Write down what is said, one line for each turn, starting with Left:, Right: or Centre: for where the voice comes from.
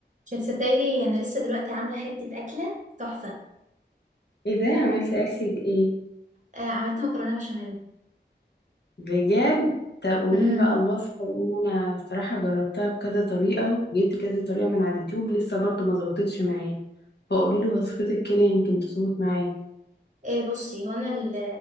Right: مش هتصدقيني انا لسه دلوقتي عامله حته اكله تحفه
Left: ايه ده عملت اكلة ايه
Right: آه عملت مكرونه بشاميل
Left: بجد طب قولي
Right: امم
Left: لي بقى الوصفة لان انا صراحة جربتها بكذا طريقة جبت كذا طريقة من على اليوتيوب لسه برضو ما ظبطتش معايا فقولي لي وصفتك كده يمكن تظبط معايا
Right: آه بصي هو انا ال-